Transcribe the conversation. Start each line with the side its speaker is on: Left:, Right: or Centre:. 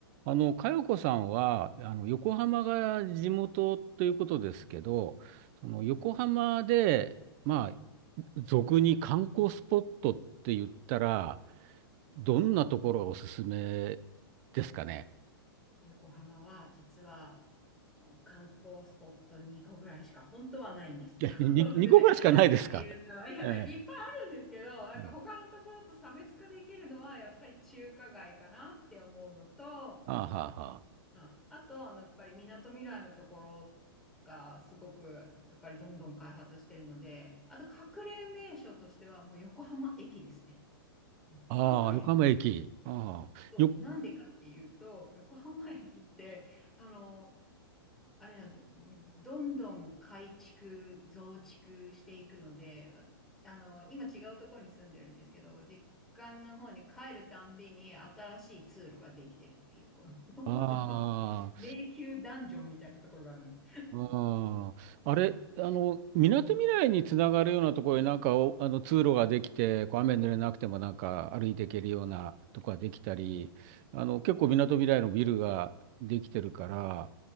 Right: あの、佳代子さんは、あの、横浜が地元ということですけど、その横浜で、まあ、俗に観光スポットって言ったら、どんなところがおすすめ
Centre: あ、
Right: ですかね。
Centre: 横浜は実はあの観光スポット2個ぐらいしか本当はないんです。
Right: え、
Centre: <laughs>
Right: に、2個ぐらいしかないですか。
Centre: で、でなんでかっていうと、いや、
Right: ええ。
Centre: いっぱいあるんですけど、なんか他のところと差別化できるのはやっぱり中華街かなって思うのと、
Right: ええああ、は
Centre: あ、あと、あの、やっぱりみなとみらいのところがすごくやっぱりどんどん開発してるので、あと隠れ名所としてはもう横浜駅ですね。横浜駅。
Right: あ、はあ。ああ、横浜駅。ああ、
Centre: そう、
Right: よ、
Centre: なんでかっていうと、横浜駅って、あの、あれなんですよ。どんどん改築、増築していくので、あの、今違うところに住んでるんですけど、実家の方に帰るたんびに新しい通路ができてるっていう、この <laughs>
Right: ああ
Centre: 迷宮ダンジョンみたいなところがあるんです。
Right: ああ、あれ、あの、みなとみらいにつながるようなところになんかおあの通路ができて、
Centre: うん
Right: こう雨濡れなくてもなんか歩いていけるようなとこができたり、あの、結構みなとみらいのビルができてるから、